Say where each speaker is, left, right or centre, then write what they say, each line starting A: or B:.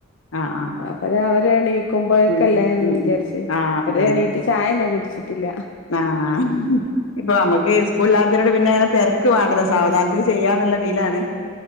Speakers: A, on the left; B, on the left.
A: ആഹ് ആഹ്
B: അപ്പൊ രാവിലെ എണീക്കുമ്പോഴക്കല്ലേന്ന്
A: ഉം ഉം
B: വിചാരിച്ച്
A: ഉം ആഹ് അതെ
B: എണീറ്റ്
A: അതെ
B: ചായന്നെ കുടിച്ചിട്ടില്ല
A: ആഹ് ഇപ്പൊ നമ്മക്ക് സ്കൂളില്ലാതോണ്ട് പിന്നെ തിരക്ക് വേണ്ടല്ലോ
B: ആഹ്
A: സാവധാനത്തിൽ ചെയ്യാന്നുള്ളതിലാണ്